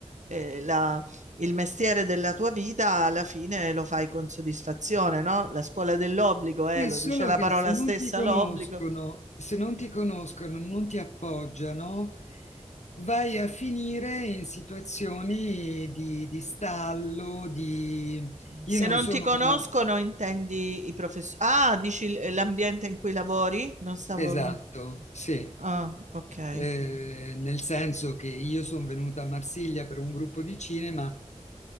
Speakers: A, on the right; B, on the left.
A: eh, la- il mestiere della tua vita, alla fine lo fai con soddisfazione, no? La scuola dell'obbligo, eh,
B: Sì,
A: lo
B: solo
A: dice la
B: che
A: parola
B: se
A: stessa,
B: non ti conoscono,
A: l'obbligo
B: se non ti conoscono, non ti appoggiano, vai a finire in situazioni di, di stallo, di... Io
A: Se
B: non
A: non
B: sono
A: ti conoscono,
B: una...
A: intendi i professori? Ah, dici l- l'ambiente in cui lavori? Non stavo...
B: Esatto,
A: no.
B: sì.
A: Ah, ok.
B: eh, nel senso che io sono venuta a Marsiglia per un gruppo di cinema,